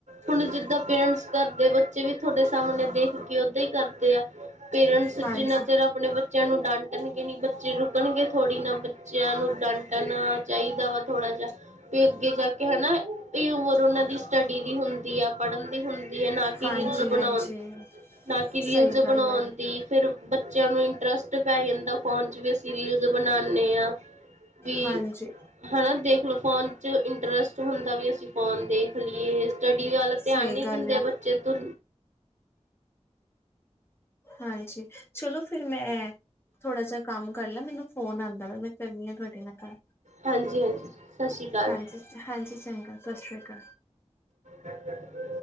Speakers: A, on the right; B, on the left.
A: ਹੁਣ ਜਿੱਦਾਂ ਪੇਰੈਂਟਸ ਕਰਦੇ, ਬੱਚੇ ਵੀ ਤੁਹਾਡੇ ਸਾਹਮਣੇ ਦੇਖ ਕੇ ਓਦਾਂ ਹੀ ਕਰਦੇ ਆ ਪੇਰੈਂਟਸ
B: ਹਾਂਜੀ
A: ਜਿੰਨਾ ਚਿਰ ਆਪਣੇ ਬਚੇ ਬੱਚਿਆਂ ਨੂੰ ਡਾਂਟਣਗੇ ਨੀ ਬੱਚੇ ਰੁਕਣਗੇ ਥੋੜ੍ਹੀ ਨਾ, ਬੱਚਿਆਂ ਨੂੰ ਡਾਂਟਣਾ ਚਾਹੀਦਾ ਵਾ ਥੋੜ੍ਹਾ ਜਿਹਾ ਇਹ ਅੱਗੇ ਜਾ ਕੇ ਹੈਨਾ, ਇਹ ਉਮਰ ਉਹਨਾਂ ਦੀ ਸਟੱਡੀ ਦੀ ਹੁੰਦੀ ਆ ਪੜ੍ਹਨ ਹੁੰਦੀ ਹੈ ਨਾ ਕਿ
B: ਹਾਂਜੀ
A: ਰੀਲ ਬਣਾਉਣ
B: ਹਾਂਜੀ
A: ਨਾ ਕਿ
B: ਸਹੀ
A: ਰੀਲ
B: ਗੱਲ
A: ਬਣਾਉਣ
B: ਹੈ
A: ਦੀ, ਫਿਰ ਬੱਚਿਆਂ ਨੂੰ ਇੰਟਰਸ ਪੈ ਜਾਂਦਾ ਫੋਨ ਵਿਚ, ਅਸੀਂ ਰੀਲਸ ਬਣਾਉਦੇ ਆਂ ਬੀ
B: ਹਾਂਜੀ
A: ਹੈਨਾ, ਦੇਖ ਲੋ ਫੋਨ ਚ ਇੰਟਰਸ ਹੁੰਦਾ ਵੀ ਅਸੀਂ ਫੋਨ ਤੇ ਕੀ ਦੇਖ ਲਈਏ, ਸਟੱਡੀ ਵਲ
B: ਸਹੀ
A: ਧਿਆਨ ਨੀ
B: ਗੱਲ
A: ਦਿੰਦੇ
B: ਹੈ।
A: ਬੱਚੇ ਤੇ
B: ਹਾਂਜੀ ਚਲੋ ਫਿਰ ਮੈਂ ਥੋਹੜਾ ਜਿਹਾ ਕੰਮ ਕਰ ਲਾਂ, ਮੈਨੂੰ ਫੋਨ ਆਉਂਦਾ ਵਾ ਕਰਨੀ ਆ ਤੁਹਾਡੇ ਨਾਲ ਗਲ
A: ਹਾਂਜੀ ਹਾਂਜੀ ਸਤਿ ਸ਼੍ਰੀ ਅਕਾਲ
B: ਹਾਂਜੀ
A: ਜੀ
B: ਹਾਂਜੀ ਚੰਗਾ ਸਤਿ ਸ਼੍ਰੀ ਅਕਾਲ
A: ਹਾਂ <inaudible>